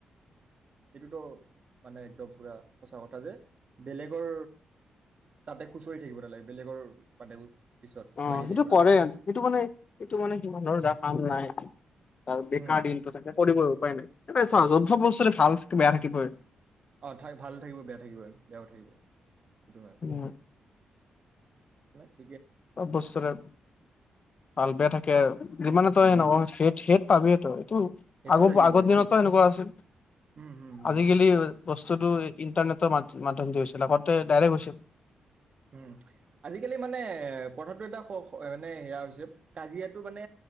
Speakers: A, on the right; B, on the left.
A: সেইটোতো মানে একদম পোৰা মানে সচাঁ কথা যে বেলেগৰ তাতে, কৰি থাকিব নালাগে বেলেগৰ মানে, পিছত
B: অ'
A: লাগি
B: সেইটো
A: থাকিব
B: কৰে
A: নালাগে
B: আজি সেইটো মানে সেইটো মানে কি মানুহৰ যাৰ কাম নাই বেকাৰ
A: উম
B: দিনটো থাকে কৰিবয়ে উপায় নাই। <inaudible> মাজত চব বস্তুৰে ভাল থাক বেয়া থাকিবয়ে।
A: অ থাই ভাল থাকিব বেয়া থাকিবই বেয়াও থাকিব। সেইটো হয়
B: উম।
A: <inaudible>
B: অ' বস্তু এটা ভাল বেয়া থাকিবই। <unintelligible> যিমানেই তই
A: উম
B: নকওঁ <unintelligible> পাবিতো উম,
A: সেইটো
B: আগ
A: থাকিব
B: আগৰ
A: এইটো
B: দিনটো এনেকুৱা আছিল,
A: উম, হুম, হুম,
B: আজিকালি হ'ল। বস্তুটো ইণ্টাৰনেটৰ মাধ্যমদি হৈছিল আগতে ডাইৰেক্ট হৈছিল।
A: উম, আজিকালি মানে এ তথাপিও এটা খ মানে হেৰা হৈছে, কাজিয়াটো মানে